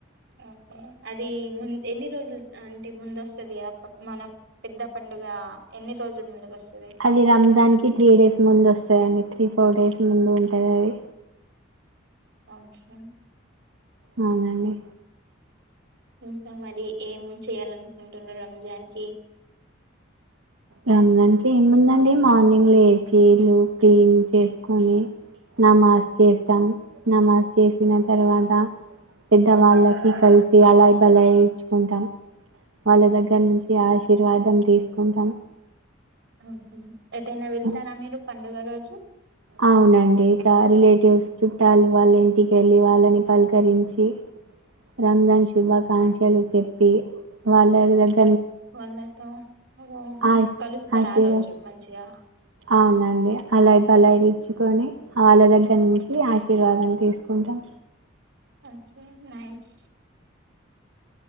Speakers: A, on the right; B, on the right.
A: ఓకే అదీ మున్ ఎన్ని రోజులు అంటే ముందొస్తది ఆ ప మన పెద్ద పం ముందుగా ఎన్ని రోజులు ముందుగా వస్త
B: అది రంజాన్ కి త్రీ డేస్ ముందు వస్తదండి త్రీ ఫోర్ డేస్ ముందు ఉంటది అది
A: ఓకే
B: అవునండి
A: ఇంక మరి ఏం చేయాలనుకుంటున్నారు రంజాన్ కి
B: రంజాన్ కి ఏముందండి మార్నింగ్ లేచి ఇల్లు క్లీన్ చేసుకొని నమాజ్ చేస్తాం నమాజ్ చేసిన తర్వాత పెద్దవాళ్ళకి కలిసి అలాయ్ బలాయ్ ఇచ్చుకుంటాం వాళ్ళ దగ్గర నుంచి ఆశీర్వాదం తీసుకుంటాం
A: ఆహ ఎటైన వెళ్తారా
B: ఆ!
A: మీరు పండుగ రోజు
B: అవునండి ఇకా రిలేటివ్స్ చుట్టాలు వాళ్ళ ఇంటిక వెళ్ళి వాళ్ళని పలకరించి రంజాన్ శుభాకాంక్షలు చెప్పి వాళ్ళ దగ్గ
A: వాళ్ళతో ఓ
B: ఆశీ
A: కలుస్తారా
B: ఆశీర్వా
A: ఆ రోజు మంచిగా
B: అవునండి అలాయ్ బలయ్ ఇచ్చుకొని వాళ్ళ దగ్గర నుంచి ఆశీర్వాదం తీసుకు ఉంటాం
A: ఓకే నైస్